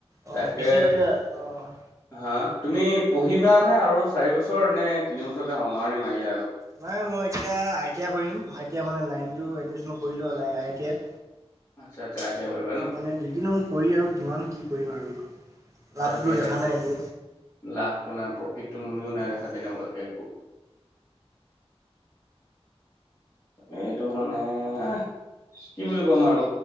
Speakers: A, on the right; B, on the left.
A: অ
B: তাকে
A: পিছে অ'।
B: হা তুমি পঢ়িবানে আৰু চাৰিবছৰ নে তিনিবছৰতে সামৰণি মাৰিলা আৰু?
A: নাই মই এতিয়া আই টি আই কৰিম আই টি আই মানে লাইন তো এডমিশ্যন কৰিলোঁ হ'লে আই টি আইত।
B: আৎচ্ছা আৎচ্ছা আই টি আই কৰিবা ন।
A: ডিগ্ৰিনো কৰি আৰু কিমান কি কৰিম আৰু লাভটোতো
B: তাকে
A: দেখা
B: তাকে
A: নাই একো।
B: লাভটো নাই প্ৰফিত টো মইও নাই দেখা তেনেকুৱাকে একো। এইটো মানে এ- কি বুলি ক'ম আৰু